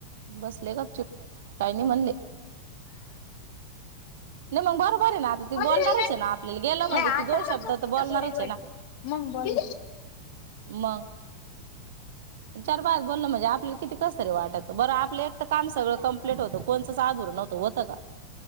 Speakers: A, on the right (about 55°); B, on the left (about 45°).
A: बसले गप चुप काही नाही म्हणले नाही मग बरोबर आहे ना आता ती बोलणारच
B: ये
A: आहे ना आपल्याला गेला म्हणजे
B: आता
A: ती दोन
B: तर
A: शब्द बोलणारच आहे ना
B: मग बोल
A: मग चार बायकात बोललं म्हणजे आपल्याला किती कस तरी वाटातं बरं आपलं एक तर काम सगळं कंप्लीट होतं. कोणचंच अधुरं नव्हतं होतं का